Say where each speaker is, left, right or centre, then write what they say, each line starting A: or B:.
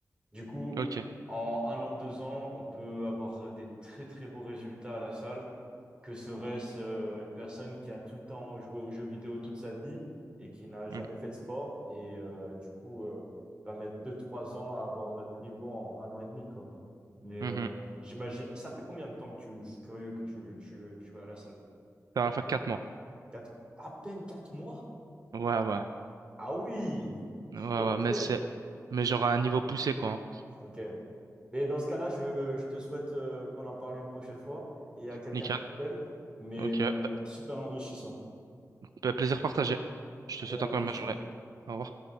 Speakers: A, on the right; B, on the right.
A: Du coup,
B: Ok.
A: en un an, deux ans, on peut avoir des très très beaux résultats à la salle que serait-ce euh, une personne qui a tout le temps joué aux jeux vidéo toute sa vie et qui n'a jamais
B: Mm.
A: fait de sport et euh, du coup euh, va mettre deux trois ans à avoir notre niveau en un an et demi, quoi. Mais
B: Mhm.
A: euh, j'imagine, ça fait combien de temps que tu, je suis curieux que tu, tu, tu vas à la salle?
B: Ça va faire quatre mois.
A: Quatre, à peine 4 mois?
B: Ouais, ouais.
A: Ah oui,
B: Ouais, ouais.
A: ok,
B: Mais c'est, mais genre à un niveau poussé, quoi. hein.
A: ok. Mais dans ce cas-là, je, je te souhaite euh, qu'on en parle une prochaine fois. Il y a quelqu'un
B: Nickel.
A: qui m'appelle, mais
B: Ok.
A: euh, voilà,
B: Bah,
A: super enrichissant.
B: bah, plaisir partagé. Je
A: Allez,
B: te souhaite
A: à la
B: encore
A: prochaine.
B: une bonne journée. Au revoir.